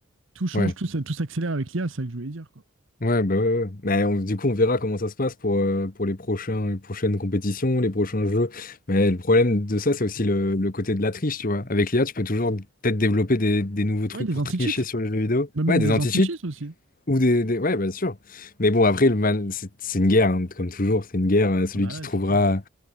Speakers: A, on the right (about 60°); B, on the left (about 40°).
A: tout change,
B: Ouais,
A: tout, ça- tout s'accélère avec l'IA, c'est ça que je voulais dire, quoi.
B: ouais, bah ouais, ouais. Mais on- du coup, on verra comment ça se passe pour, euh, pour les prochains, les prochaines compétitions, les prochains jeux. Mais le problème de ça, c'est aussi le, le côté de la triche, tu vois. Avec l'IA, tu peux toujours peut-être développer des, des nouveaux trucs
A: Ouais, des
B: pour
A: anti-cheats,
B: tricher sur les jeux vidéo.
A: même, même
B: Ouais, des
A: des
B: anti-cheats
A: anti-cheats aussi. hein.
B: ou des, des- Ouais, bien sûr. Mais bon, après, le mal, c'est c'est une guerre, hein, comme toujours. C'est une guerre, euh, celui
A: Ah bah
B: qui
A: ouais,
B: trouvera...
A: c'est clair.